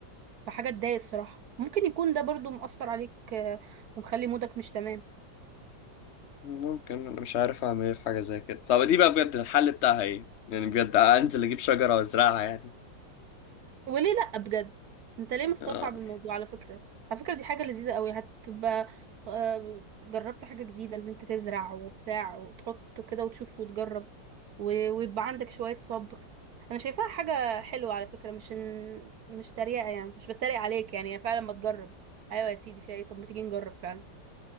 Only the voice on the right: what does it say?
فحاجة تضايق الصراحة ممكن يكون ده برضو مؤثر عليك آه، ومخلي مودك مش تمام
وليه لا بجد انت ليه مستصعب
الموضوع على فكرة على فكرة دي حاجة لذيذة قوي هتبقى آه، جربت حاجة جديدة ان انت تزرع وبتاع وتحط كده وتشوف وتجرب و- ويبقى عندك شوية صبر انا شايفاها حاجة حلوة على فكرة مش إن... مش تريقة يعني مش بتريق عليك يعني هي فعلا ما تجرب ايوه يا سيدي فيها ايه طب ما تيجي نجرب فعلا